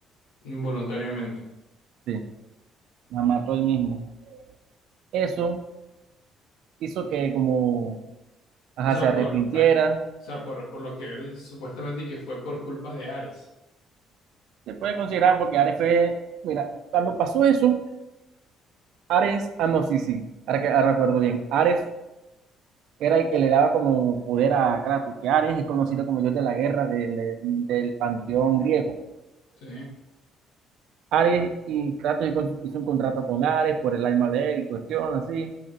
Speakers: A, on the left; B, on the right.
A: Involuntariamente.
B: Sí, la mató él mismo. Eso hizo que como ajá,
A: O sea,
B: se arrepintiera.
A: por, ac- o sea, por, por lo que veo, supuestamente que fue por culpa de Ares.
B: Se puede considerar porque Ares fue, mira, cuando pasó eso, Ares, ah no, sí, sí, ahora que ahora recuerdo bien, Ares era el que le daba como poder a Kratos, que Ares es conocido como dios de la guerra del, del panteón griego.
A: Sí,
B: Ares y Kratos hizo- hizo un contrato con Ares por el alma de él y cuestión así.